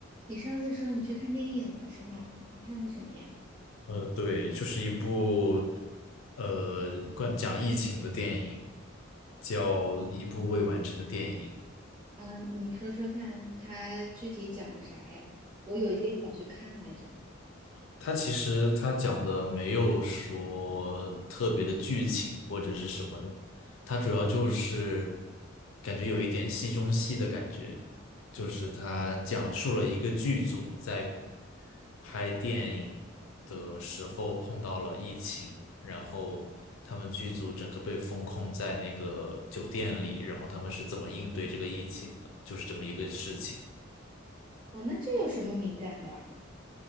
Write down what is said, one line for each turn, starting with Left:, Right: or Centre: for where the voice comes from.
Right: 你上次说你去看电影了是吗？你看的什么呀？
Left: 呃，对，就是一部呃关讲疫情的电影，叫一部未完成的电影。
Right: 啊，你说说看，它具体讲的啥呀？我有一点想去看来着。
Left: 它其实它讲的没有说特别的剧情或者是什么的，它主要就是感觉有一点戏中戏的感觉，就是它讲述了一个剧组在拍电影的时候碰到了疫情，然后他们剧组整个被封控在那个酒店里，然后他们是怎么应对这个疫情的，就是这么一个事情。
Right: 哦，那这有什么敏感的？